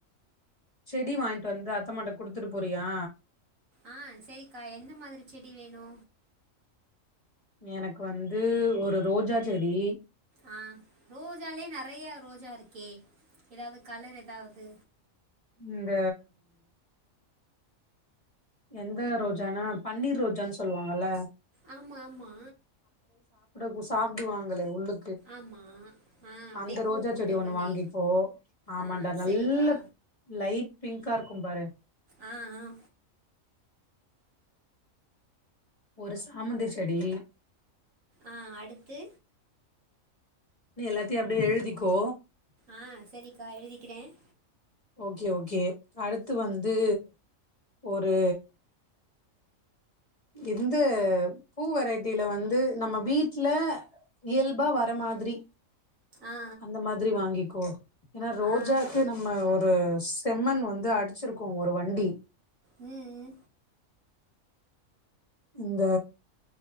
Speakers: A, on the left; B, on the right.
A: செடி வாய்ன்ட்டு வந்து அத்தமாட்ட குடுத்துட்டு போறியா
B: ஆஹ் செரிக்கா எந்த மாதிரி செடி வேணு
A: எனக்கு வந்து ஒரு ரோஜா செடி
B: ஆஹ் ரோஜாலே நறையா ரோஜா இருக்கே எதாவது கலர் எதாவது
A: இந்த எந்த ரோஜானா பன்னீர் ரோஜான்னு சொல்லுவாங்கல்ல
B: ஆமா ஆமா
A: கூட சாபுடுவாங்களே உள்ளூ
B: ஆமாம் ஆ அப்படியே
A: அந்த
B: பூ
A: ரோஜா
B: பூத்த
A: செடி ஒண்ணு
B: உடனே
A: வாங்கிக்கோ ஆமாடா
B: ஆ
A: நல்ல
B: சரிக்கா
A: லைட் பிங்க்கா இருக்கும்பாரு
B: ஆ ஆ
A: ஒரு சாமந்தி செடி
B: ஆ அடுத்து
A: நீ எல்லாத்தையும் அப்படியே எழுதிக்கோ
B: ஆ சரிக்கா எழுதிக்கிறேன்
A: ஓகே ஓகே அடுத்து வந்து ஒரு இந்த பூ வெரைட்டில வந்து நம்ம வீட்ல இயல்பா வர மாதிரி
B: ஆ
A: அந்த மாதிரி வாங்கி கோ ஏனா ரோஜாக்கு
B: ஆ
A: நம்ம ஒரு ச் செம்மன் வந்து அடிச்சிருக்கோ ஒரு வண்டி
B: உம் உம்
A: இந்த